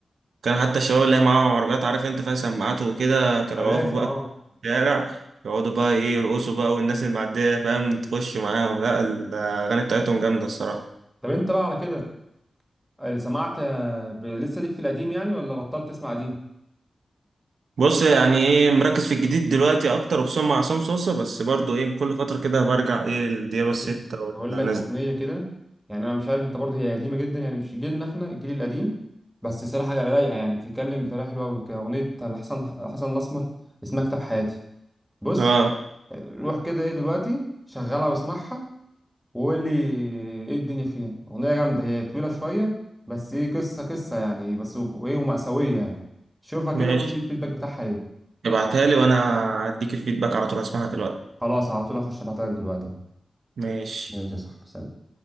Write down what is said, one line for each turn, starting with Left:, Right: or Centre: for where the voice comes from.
Right: كان حتى الشباب اللي هي معاهم عربيات عارف انت فيها سماعات وكده كانوا
Centre: آه، لازم
Right: يقفوا بقى
Centre: اه
Right: في الشارع يقعدوا بقى ايه يرقصوا بقى والناس اللي معدية فاهم تخش معاهم لا الاغاني بتاعتهم جامدة الصراحة
Centre: طب انت بقى على كده اللي سمعت آه، ب- لسه ليك في القديم يعني ولا بطلت تسمع قديم
Right: بص يعني ايه مركز في الجديد دلوقتي اكتر وخصوصا مع عصام صوصة بس برضو ايه كل فترة كده برجع ايه لديابة
Centre: هديك
Right: الستة ولا
Centre: هقول لك
Right: الناس
Centre: اغنيه
Right: دي
Centre: كده يعني انا مش عارف انت برضه هي قديمه جدا يعني مش جيلنا احنا الجيل القديم بس صراحه رايقه يعني بتتكلم بطريقه حلوه قوي كاغنيه حسن حسن الاسمر اسمها كتاب حياتي بص
Right: اه
Centre: آه، روح كده ايه دلوقتي شغلها واسمعها وقول لي ايه الدنيا فيها اغنيه جامده هي طويله شويه بس ايه قصه قصه يعني بس و- وايه ومأساويه يعني شوفها كده
Right: ماشي
Centre: وقول لي الفيدباك بتاعها ايه
Right: ابعتها لي وانا هديك الفيدباك على طول هسمعها دلوقتي
Centre: خلاص على طول هخش ابعتلك دلوقتي
Right: ماشي
Centre: ماشي يا صاحبي سلام.